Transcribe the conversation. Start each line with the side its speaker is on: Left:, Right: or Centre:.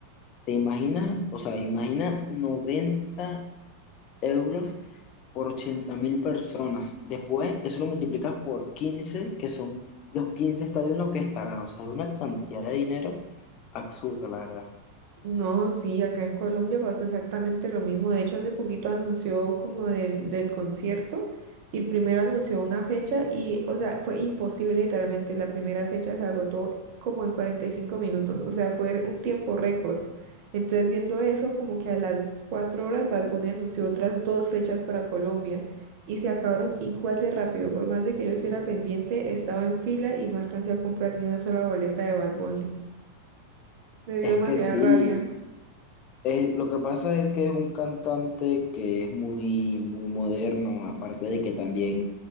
Left: te imaginas, o sea, imagina noventa euros por ochenta mil personas. Después, eso lo multiplicas por 15 que son los 15 estadios en los que estará. O sea, es una cantidad de dinero absurda, la verdad.
Right: no, sí, acá en Colombia pasó exactamente lo mismo. De hecho, hace poquito anunció como del, del concierto y primero anunció una fecha y, o sea, fue imposible, literalmente, la primera fecha se agotó como en 45 minutos, o sea, fue un tiempo récord. Entonces, viendo eso, como que a las 4 horas Bad Bunny anunció otras dos fechas para Colombia y se acabaron igual de rápido. Por más de que yo estuviera pendiente, estaba en fila y no alcancé a comprar ni una sola boleta de Bad Bunny. Me dio
Left: Es
Right: demasiada
Left: que sí,
Right: rabia.
Left: Eh, lo que pasa es que es un cantante que es muy, muy moderno, aparte de que también